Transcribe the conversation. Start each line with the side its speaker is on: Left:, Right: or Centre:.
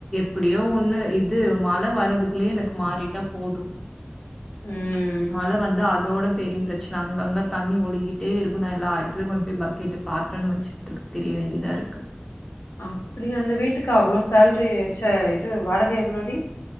Centre: படியோ ஒண்ணு இது மழ வரதுக்குள்ளயே எனக்கு மாறிட்டா போது
Left: ம்
Centre: மழ வந்து அதோட பெரிய பிரச்சன அங்க அங்க தண்ணி ஒழுகிட்டே இருக்கும்ன்னா எல்லா இடத்துலயு கொண்டு போய் பக்கெட்டு பாத்திரம்ன்னு வச்சுட்டுருக் திரிய வேண்டிதா இருக்கு.
Left: அப்டி அந்த வீட்டுக்கு அவ்ளோ சேல்ரி வச்ச இது வாடகை எவ்ளோடி